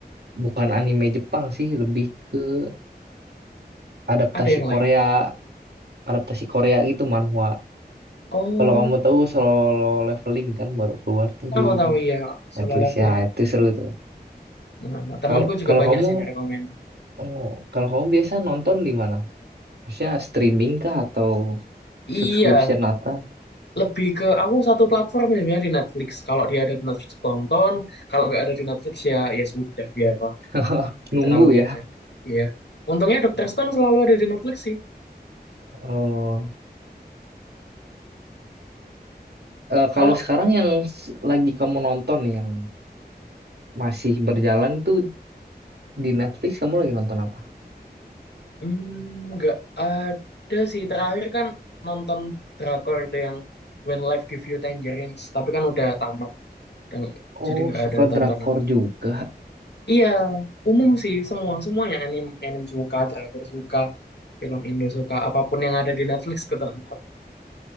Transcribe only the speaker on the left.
Ada yang lain?
Oh,
tahu
tahu ya, solo
leveling.
Nah, nah, temanku
juga
banyak
sih yang rekomen.
Iya,
lebih ke aku satu platform ya di Netflix. Kalau dia ada di Netflix tonton, kalau nggak ada di Netflix ya ya sudah biarlah,
nggak
terlalu ngejar.
Iya. Untungnya Dokter Stone selalu ada di Netflix sih.
Kalau
hmm, nggak ada sih terakhir kan nonton drakor itu yang When Life Give You Tangerines, tapi kan udah tamat, dan-
jadi nggak
ada tontonan.
Iya, umum sih semua semuanya anime anime suka, driver suka, film Indo suka, apapun yang ada di Netflix ketonton. <laughs>